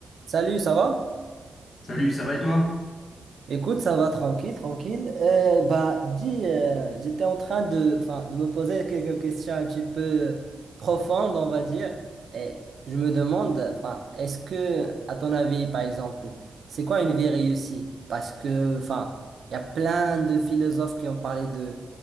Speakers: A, on the right; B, on the left.
A: Salut, ça va?
B: Salut, ça va et toi?
A: Écoute, ça va tranquille, tranquille. Euh, bah, dis, euh, j'étais en train de, enfin, de me poser quelques questions un petit peu profondes, on va dire. Et je me demande, enfin, est-ce que, à ton avis, par exemple, c'est quoi une vie réussie? Parce que, enfin, il y a plein de philosophes qui ont parlé de,